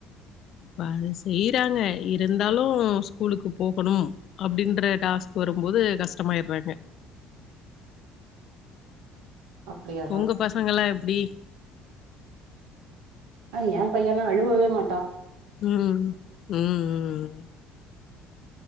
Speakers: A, on the left; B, on the right.
A: இப்ப அது செய்யறாங்க இருந்தாலும் ஸ்கூலுக்கு போகணும் அப்படின்ற டாஸ்க் வரும்போது கஷ்டமாயடுறாங்க
B: அப்டியா
A: உங்க பசங்கலாம் எப்டி
B: அஹ் என் பையன்லாம் அழுவவே மாட்டான்
A: உம் உம் உம்